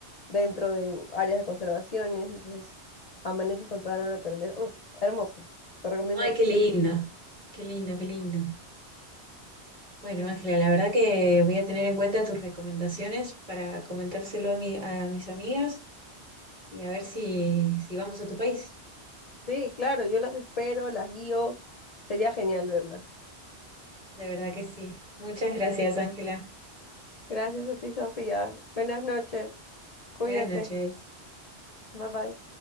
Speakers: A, on the left; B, on the right.
A: dentro de áreas de conservaciones, entonces amaneces con toda la naturaleza. Uf, hermoso. Te recomiendo
B: Ay, qué
A: siempre.
B: lindo, qué lindo, qué lindo. Bueno, Ángela, la verdad que voy a tener en cuenta tus recomendaciones para comentárselo a, mi, a mis amigas y a ver si, si vamos a tu país.
A: Sí, claro, yo las espero, las guío. Sería genial verlas.
B: De verdad que sí. Muchas gracias, Ángela.
A: Gracias a ti, Sofía. Buenas noches. Cuídate.
B: Buenas noches.
A: Bye bye.